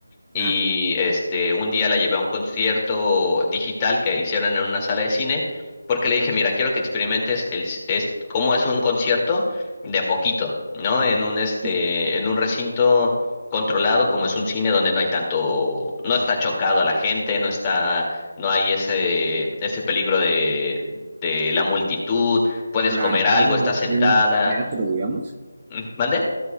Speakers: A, on the left (about 20°); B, on the right (about 30°).
A: y
B: Ajá.
A: este un día la llevé a un concierto digital que hicieron en una sala de cine porque le dije, mira, quiero que experimentes el s- es cómo es un concierto de a poquito, ¿no? En un este
B: Sí.
A: en un recinto controlado como es un cine donde no hay tanto, no está chocado a la gente, no está no hay ese ese peligro de de la multitud, puedes
B: Claro.
A: comer algo,
B: Ah,
A: estás
B: va a
A: sentada.
B: ser en un teatro, digamos.
A: Mm, ¿Mande?